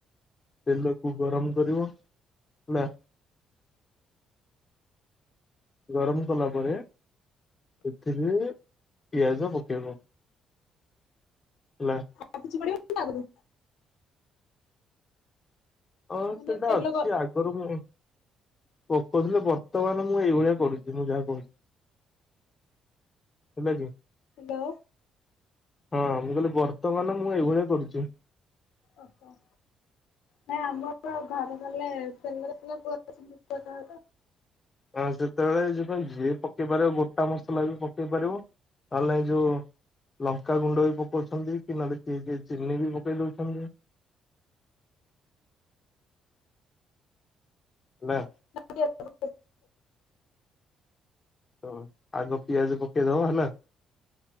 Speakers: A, on the left; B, on the left.
A: ତେଲକୁ ଗରମ କରିବ ହେଲା ଗରମ କଲା ପରେ ସେଥିରେ ପିଆଜ ପକେଇିବ ହେଲା।
B: ଆଉ କିଛି ପଡିବନି ତା ଆଗରୁ
A: ହଁ
B: ମାନେ
A: ସେଇଟା
B: ତେଲ
A: ଅଛି
B: ଗ
A: ଆଗରୁ ମୋର। ପଙ୍କ ଥିଲେ ବର୍ତ୍ତମାନ ମୁଁ ଏଇ ଭଳିଆ କରୁଛି ମୁଁ ଯାହା କହୁଛି। ହେଲାକି।
B: ଦୋ
A: ହଁ ମୁଁ କହିଲି ବର୍ତ୍ତମାନ ମୁଁ ଏଇଭଳିଆ କରୁଚି।
B: ଓହୋ। ନାଇଁ ଆମର ତ ଘରେ ଗଲେ ତେଲରେ କଲେ ପୁଅ ଅଛନ୍ତି ପୁଅଟ
A: ହଁ ସେତେବେଳେ ଏଇଥିପାଇଁ ଯିଏ ପକେଇ ପାରିବ ଗୋଟା ମସଲା ବି ପକେଇ ପାରିବ ନହଲେ ନାହଁ ଯୋଉ- ଲଙ୍କା ଗୁଣ୍ଡ ବି ପକଉଚନ୍ତି କି ନହେଲେ କିଏ କିଏ ଚିନି ବି ପକେଇ ଦଉଚନ୍ତି। ନା।
B: ନ <unintelligible>
A: ତ ଆଗ ପିଆଜ ପକେଇଦବ ହେଲା